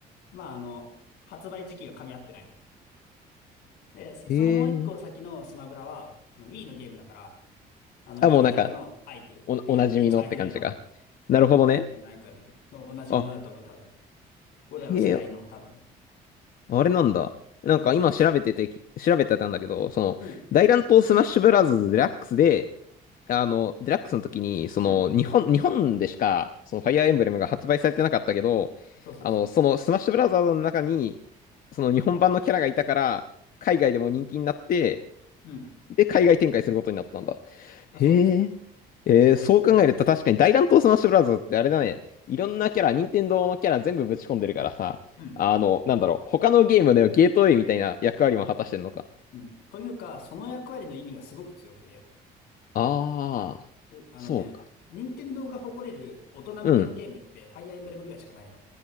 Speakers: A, on the left; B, on the left.
A: まあ、あの、発売時期が噛み合ってない。で、そそのもう一個先のスマブラは、
B: へえ。
A: あの Wii のゲームだから、あの
B: あ、
A: Wii
B: もうなんか、
A: のキャラのアイクっていう一番左の、
B: お、おなじみのって感じが。なるほどね。
A: アイクが出てる。おおなじみのだと思う、
B: あ、
A: 多分。俺らの世代の多分。
B: へえ、あれなんだ。なんか今調べてて、
A: うん。
B: 調べてたんだけど、その、
A: うん。
B: 大乱闘スマッシュブラザーズデラックスで、あの、デラックスの時に、その、
A: うん。
B: 日本、日本でしか、その、ファイアーエンブレムが発売されてなかったけど、
A: そうそうそう。
B: あの、その、スマッシュブラザーズの中に、その、日本版のキャラがいたから、海外でも人気になって、
A: うん。
B: で、海外展開することになったんだ。
A: まあそうですよ。
B: へーえー、そう考えると確かに大乱闘スマッシュブラザーズってあれだね。
A: うん。
B: いろんなキャラ、任天堂のキャラ全部ぶち込んでるからさ。
A: うん。
B: あの、なんだろう。他のゲームではゲートウェイみたいな役割も果たしてんのか。
A: うん。というか、その役割の意味がすごく強くて、
B: ああ、
A: で、あのね、
B: そうか。
A: 任天堂が誇れる大人向けのゲームって、
B: うん。
A: ファイアーエンブレムぐらいしかないの。